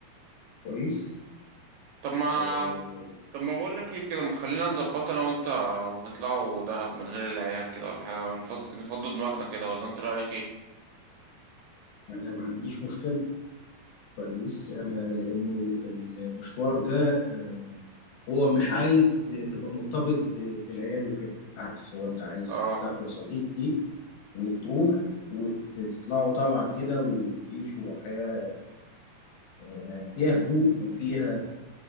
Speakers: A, on the left (about 75°); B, on the right (about 75°).
A: كويس
B: طب ما
A: آه،
B: طب ما بقول لك ايه كده ما تخلينا نظبط انا وانت ونطلعوا دهب من غير العيال كده ولا حاجه ونفض... نفضوا دماغنا كده ولا انت رايك ايه
A: أنا ما عنديش مشكلة كويس أنا لأنه المشوار ده آه، هو مش عايز تبقى مرتبط ب- بالعيال وكده بالعكس هو انت عايز
B: اه
A: تاخد صديق ليك وتروح وتطلعوا طالعة كده وتعيشوا حياة آه، فيها هدوء وفيها